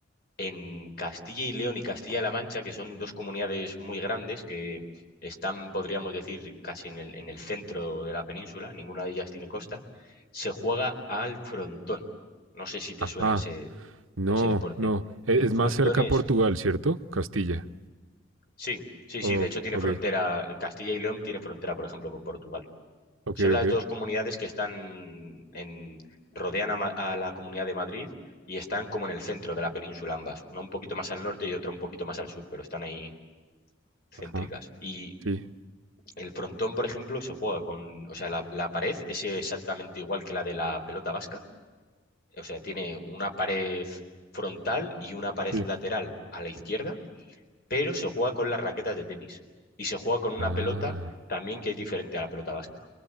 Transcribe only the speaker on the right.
Ajá.
No,
no. E-
Es
más cerca
a Portugal, ¿cierto? Castilla.
Oh,
ok,
ok,
ok.
Ajá,
sí,
sí.
Ah,